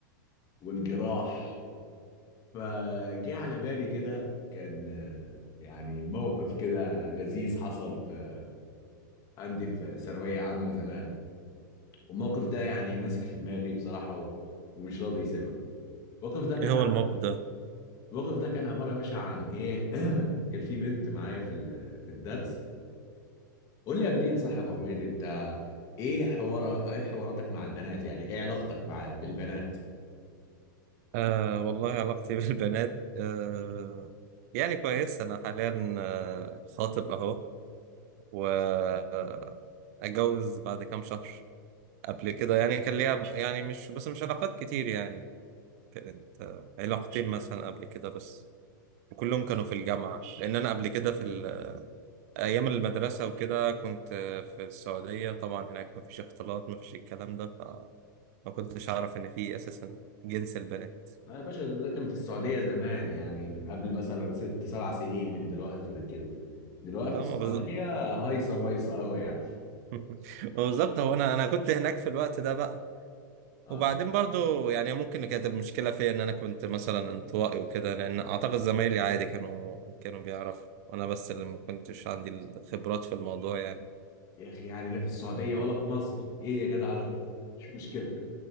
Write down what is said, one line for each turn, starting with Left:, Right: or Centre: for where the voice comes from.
Left: والجراح فجه على بالي كده كان آه، يعني موقف كده لذيذ حصل في عندي في ثانويه عامه زمان والموقف ده يعني ماسك في دماغي بصراحه و- ومش راضي يسيبها الموقف ده كان
Right: ايه هو الموقف ده؟
Left: الوقف ده كان عباره يا باشا عن ايه <clears throat> كان في بنت معايا في ال- في الدرس قول لي قبليها صح يا ابو حميد انت ايه حوار ايه حواراتك مع البنات يعني ايه علاقتك مع بالبنات
Right: آه والله علاقتي <laughs> بالبنات آه يعني كويس انا حاليا آه خاطب اهو و آه، اتجوز بعد كام شهر قبل كده يعني كان ليا يعني مش بس مش علاقات كتير يعني كانت آه علاقتين مثلا قبل كده بس كلهم كانوا في الجامعة لأن أنا قبل كده في ال- أيام المدرسة وكده كنت آه، في السعودية طبعا هناك مفيش اختلاط مفيش الكلام ده ف ما كنتش أعرف إن في أساسا جنس البنات
Left: لا يا باشا ده ده كان في السعوديه زمان يعني من قبل مثلا ست سبع سنين من دلوقتي لكن دلوقتي
Right: اه
Left: السعوديه هايصه مايصه قوي يعني
Right: <laughs> بالظبط هو انا انا كنت هناك في الوقت ده بقى
Left: اه
Right: وبعدين برضو يعني ممكن كانت المشكله فيا ان انا كنت مثلا انطوائي وكده لان اعتقد زمايلي عادي كانوا كانوا بيعرفوا وانا بس اللي ما كنتش عندي الخبرات في الموضوع يعني
Left: يا اخي يعني لا في السعوديه
Right: اه
Left: ولا في مصر ايه يا جدع ده مش مشكله